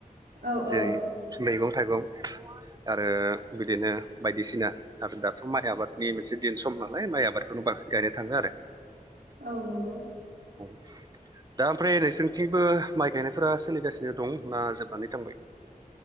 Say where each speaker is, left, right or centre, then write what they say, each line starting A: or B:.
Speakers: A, on the right; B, on the right.
A: औ
B: जेरै
A: औ
B: मैगं थाइगं आरो बिदिनो बायदिसिना आरो दाथ' माइ आबादनि मोनसे दिन सम नालाय माइ आबादखौनो बांसिन गायनो थाङो आरो
A: औ नंगौ
B: <inaudible> दा ओमफ्राय नोंसोरनिथिंबो माइ गायनायफोरा सोलिगासिनो दं ना जोबनानै थांबाय